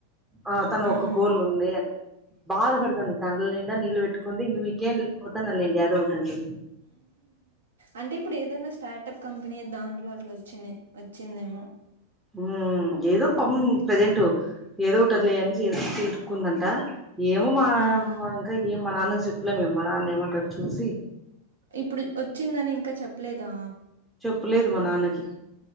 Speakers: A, in the centre; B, on the right.
A: ఆ తను
B: ఉమ్
A: ఒక గోల్ ఉంది అని బాధ పడుతుంది కండ్ల నిండా నీళ్లు పెట్టుకొంది ఇంకా మీకేం పోతనలే ఏదో ఒకటి అంటుంది
B: అంటే ఇప్పుడు ఏదైనా స్టార్టప్ కంపెనీ దాంట్లో అట్లా వచ్చింది వచ్చిందేమో
A: ఉ ఏదో పాపం
B: ఉమ్
A: ప్రెజెంట్ ఏదో ఒకటి లే అని చేసుకుందట ఏమో మా
B: ఉమ్
A: ఇంకా ఏం మా నాన్నకి చెప్పులే మేము మా నాన్న ఏమంటాడో చూసి
B: ఇప్పుడు వచ్చిందని ఇంకా చెప్పలేదా
A: చెప్పలేదు మా నాన్నకి